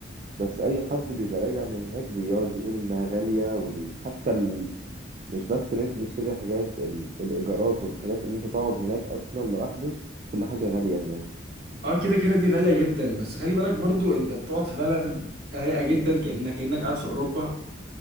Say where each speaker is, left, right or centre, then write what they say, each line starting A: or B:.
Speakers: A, on the right; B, on the right.
A: بس اي حد بيبقى راجع من هناك بيقعد يقول انها غالية وال... حتى ال... مش بس ان انت تشتري حاجات ال... الايجارات والحاجات ان انت تقعد هناك اصلا لوحده كل حاجة غالية هناك
B: اه كده كده دي غالية جدا بس خلي بالك برضو انت بتقعد في بلد رايقة جدا كأنك كأنك قاعد في أوروبا